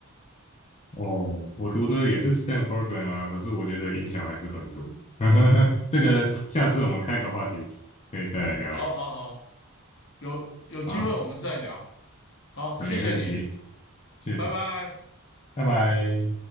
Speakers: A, on the left; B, on the left.
A: 哦，我读的也是 STEM program 啊，可是我觉得影响还是很多。<laughs> 这个下次我们开个话题，可以再来聊聊。
B: 好好好，有有机会我们再聊。
A: 好，
B: 好，
A: 没问题。
B: 谢谢你，
A: 谢谢，
B: 拜拜。
A: 拜拜。